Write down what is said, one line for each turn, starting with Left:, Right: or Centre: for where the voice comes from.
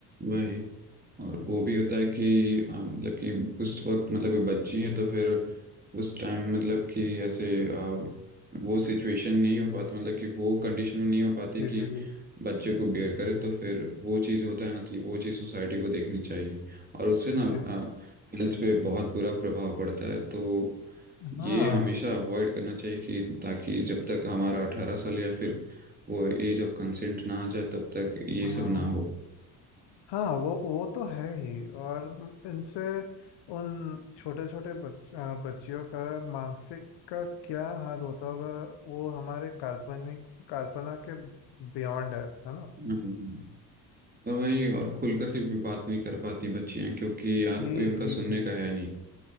Right: वही और वो भी होता है कि आ, मतलब कि उस वक्त मतलब कोई बच्ची है तो फिर उस टाइम मतलब कि ऐसे आ, वो सिचुएशन नहीं हो पाता मतलब कि वो कंडीशन में नहीं हो पाती
Left: जी
Right: कि
Left: जी जी
Right: बच्चे को बियर करे तो फिर वो चीज़ होता है ना तो वो चीज़ सोसाइटी को देखनी चाहिए और उससे ना
Left: जी
Right: हेल्थ पे बहुत बुरा प्रभाव पड़ता है तो
Left: हाँ
Right: ये हमेशा अवॉइड करना चाहिए कि ताकि जब तक हमारा अठारह साल या फिर वो एज ऑफ कंसेंट ना आ जाए तब तक ये
Left: हाँ
Right: सब ना हो
Left: हाँ वो वो तो है ही और इनसे उन छोटे छोटे बच, अ, बच्चियों का मानसिक का क्या हाल होता होगा वो हमारे काल्पनिक कल्पना के बियॉन्ड है है ना
Right: हम्म। और वही और खुल करके भी बात नहीं कर पाती बच्चियां क्योंकि यार
Left: जी
Right: कोई उनका
Left: जी
Right: सुनने
Left: जी
Right: का है नहीं